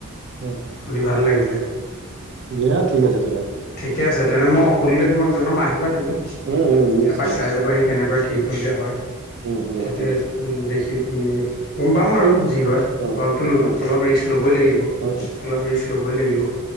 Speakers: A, on the right; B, on the left.
A: উম,
B: শুনি ভাল লাগিলে।
A: দিয়া ঠিক আছে তেনে।
B: ঠিকে আছে, তেনে
A: উম,
B: মই সুধিলে তোমাক জনম আহিবা তুমি।
A: উম, উম, নিশ্চয়
B: এপাক
A: নিশ্চয়
B: চাই যাবাহি কেনেকুৱা কি কৰিলে হয়।
A: উম, উম,
B: তাতে
A: ঠিক আছে
B: উম, দেখি উম। গম পাম আৰু যি হয়,
A: উম,
B: অলপতো
A: উম,
B: অলপ ৰিস্ক ল'বই লাগিব।
A: উম, উম,
B: অলপ ৰিস্ক ল ল'বই লাগিব,